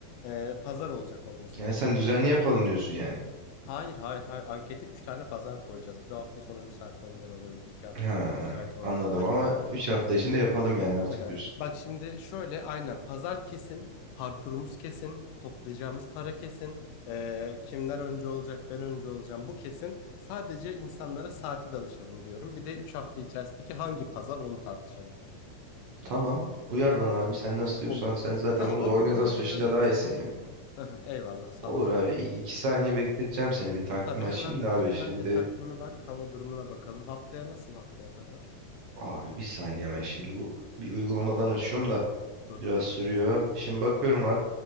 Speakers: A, on the left (about 85°); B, on the right (about 75°).
A: e, pazar olacak olması
B: Yani
A: olsun.
B: sen düzenli yapalım diyorsun yani.
A: Hayır, hayır, hayır. Ankete üç tane pazar koyacağız. Bir hafta sonra müsait olmayan olabilir. iki hafta
B: Ha,
A: sonra müsait olan
B: anladım
A: olabilir.
B: ama 3 hafta içinde yapalım
A: Aha,
B: yani artık
A: aha.
B: diyorsun.
A: Bak şimdi şöyle aynen pazar kesin. Parkurumuz kesin. Toplayacağımız para kesin. E, kimler önce olacak, ben önce olacağım. Bu kesin. Sadece insanlara saati danışalım diyorum. Bir de 3 hafta içerisindeki hangi pazar onu tartışalım.
B: Tamam. Uyar bana
A: Hı
B: abi.
A: hı.
B: Sen nasıl diyorsan
A: Olur.
B: sen zaten
A: Bir de hava
B: bu organizasyon
A: durumuna bir göz
B: işinde
A: atsak
B: daha iyisin
A: olur
B: ya.
A: mu? <laughs> Eyvallah sağ
B: Olur
A: olsun
B: abi.
A: canım.
B: İ- iki saniye bekleteceğim seni. Bir takvim
A: Tabii
B: açayım
A: hemen
B: da
A: bir
B: abi.
A: hemen
B: Şimdi
A: bir takvime bak, hava durumuna bakalım. Haftaya nasıl haftaya pazar?
B: abi bir saniye ben şimdi bu bir uygulamadan açıyorum
A: Hı hı.
B: da
A: Hı hı.
B: biraz sürüyor.
A: Sıkıntı
B: Şimdi
A: yok, sıkıntı
B: bakıyorum abi.
A: yok.